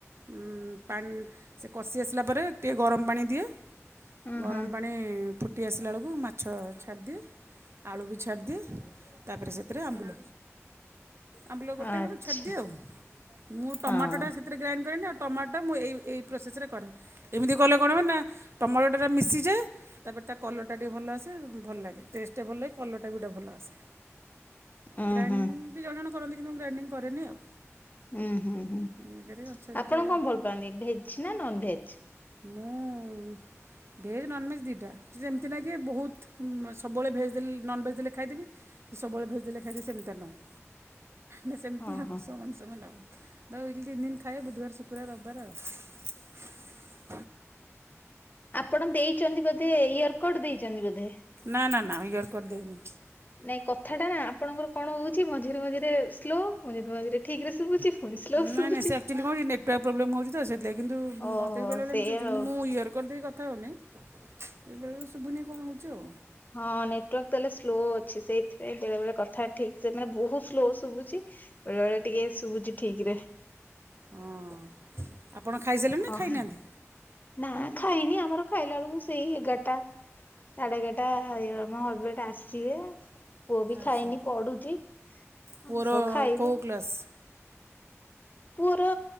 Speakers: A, on the right; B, on the left.
A: ଉଁ ପାଣି ସେ କଷି ଆସିଲା ପରେ ଟିକେ ଗରମ ପାଣି ଦିଏ।
B: ଉଁ
A: ଗରମ
B: ହୁଁ
A: ପାଣି ଫୁଟି ଆସିଲା ବେଳକୁ ମାଛ ଛାଡ଼ି ଦିଏ। ଆଳୁ ବି ଛାଡ଼ି ଦିଏ। ତାପରେ ସେଥିରେ ଆମ୍ବୁଲ ଆମ୍ବୁଲ ଗୋଟେ
B: ଆଚ୍ଛା
A: ଖଣ୍ଡେ ଛାଡ଼ି ଦିଏ ଆଉ। ମୁଁ ଟମାଟଟା
B: ହଁ
A: ସେ ସେଥିରେ ଗ୍ରାଇଣ୍ଡ କରେନି ଆଉ ଟମାଟଟା ମୁଁ ଏଇ ଏଇ ପ୍ରୋସେସରେ କରେ। ଏମିତି କଲେ କଣ ହୁଏ ନା ଟମାଟଟାରେ ତ ମିଶିଯାଏ। ତାପରେ ତା କଲରଟା ଟିକେ ଭଲ ଆସେ। ଭଲ ଲାଗେ ଟେଷ୍ଟ ଟିକେ ଭଲ ଲାଗେ କଲରଟା ବି ଗୋଟେ ଭଲ ଆସେ।
B: ଉଁ
A: ଗ୍ରାଇଣ୍ଡିଙ୍ଗ
B: ହୁଁ।
A: ବି ଜଣେ ଜଣେ କରନ୍ତି କିନ୍ତୁ ମୁଁ ଗ୍ରାଇଣ୍ଡିଙ୍ଗ କରେନି ଆଉ।
B: ହୁଁ ହୁଁ ହୁଁ
A: ଇଏ କରି ଆଚ୍ଛା ସେଟା
B: ଆପଣ କଣ ଭଲ ପାଆନ୍ତି ଭେଜ ନା ନନ ଭେଜ?
A: ମୁଁ ଭେଜ୍ ନନ୍ ଭେଜ୍ ଦିଇଟା ସେ ଯେମିତି ଲାଗେ ବହୁତ ସବୁବେଳେ ଭେଜ୍ ଲେ ନନ ଭେଜ୍ ଦେଲେ ଖାଇଦବି ସବୁବେଳେ ଭେଜ ଦେଲେ ଖାଇଦେବି ସେମିତିୟା ନୁହଁ। ନା ସେମିତି
B: ଓହୋ
A: ଆଉ ସମାନ ସମାନ ଆଉ। <unintelligible> ତିନି ଦିନ ଖାଏ ବୁଧବାର ଶୁକ୍ରବାର ରବିବାର ଆଉ।
B: ଆପଣ ଦେଇଛନ୍ତି ବୋଧେ ଇୟର କଟ ଦେଇଛନ୍ତି ବୋଧେ?
A: ନା ନା ନା ଇୟରକଟ୍ ଦେଇନି।
B: ନାଇଁ କଥା ଟା ନା ଆପଣଙ୍କର କଣ ହଉଛି ମଝିରେ ମଝିରେ ସ୍ଲୋ ମଝିରେ ମଝିରେ ଠିକ ରେ ଶୁଭୁଛି। ପୁଣି ସ୍ଲୋ ଶୁଭୁଛି।
A: ନାଇଁ ନାଇ ସେ ଆକ୍ଚୁଲି କଣ ନା ନେଟୱାର୍କ ପ୍ରୋବଲେ ହେଉଛି ତ ସେଥିଲାଗ କିନ୍ତୁ
B: ଓହୋ
A: ମତେ ବି ବେଳେବେଳେ
B: ସେଇଆ
A: ମୁ <unintelligible> କିନ୍ତୁ
B: ଆଉ
A: ମୁଁ ଇୟ କରିଦେଇକି କଥା ହେଉନି ବେଳେବେଳ ଶୁଭୁନି କଣ ହେଉଛି ଆଉ।
B: ହଁ ନେଟୱାର୍କ ତାହଲେ ସ୍ଲୋ ଅଛି ସେଇଥିପାଇଁ ବେଳେଳେ କଥା ଠିକ୍ ସେ ମାନେ ବହୁତ ସ୍ଲୋ। ଶୁଭୁଛି ବେଳେ ବେଳେ ଟିକେ ଶୁଭୁଛି ଠିକ ରେ।
A: ହଁ ଆପଣ ଖାଇସାରିଲେଣି ନା
B: ହଁ।
A: ଖାଇନାହାନ୍ତି
B: ନା ଖାଇନି ଆମର ଖାଇଲା ବେଳକୁ ସେଇ ଏଗାରଟା ସାଢେ ଏଗାରଟା। <unintelligible> ମୋ ହଜବେଣ୍ଡ ଆସିବେ ପୁଅ ବି ଖାଇନି
A: ଆଚ୍ଛା
B: ପଡୁଛି ଆ
A: ପୁଅର
B: ସବୁ ଖାଇବୁ।
A: କେଉଁ କ୍ଲାସ୍
B: ପୁଅର